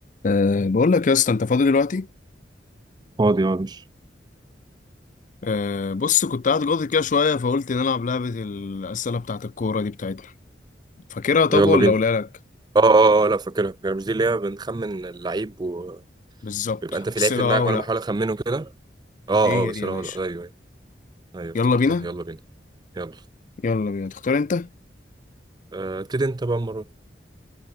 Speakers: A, on the left (about 45°); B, on the right (about 25°).
A: أه بقول لك يا اسطى انت فاضي دلوقتي
B: فاضي اه مش
A: أه بص كنت قاعد جاضي كده شويه فقلت نلعب لعبه الاسئله بتاعه الكوره دي بتاعتنا فاكرها طب
B: ويلا
A: ولا
B: بينا
A: اقولها لك
B: اه اه آه، لا فاكرها فاكرها مش دي اللي هي بنخمن اللعيب وبيبقى
A: بالظبط
B: انت في
A: اسئله
B: لعيب في دماغك
A: اه ولا
B: وانا بحاول اخمنه كده اه
A: هي
B: اه بس
A: دي يا
B: لا
A: باشا
B: لا ايوه ايوه ايوه افتكرتها
A: يلا بينا
B: يلا بينا يلا
A: يلا بينا تختار انت
B: آه، ابتدي انت بقى المره دي.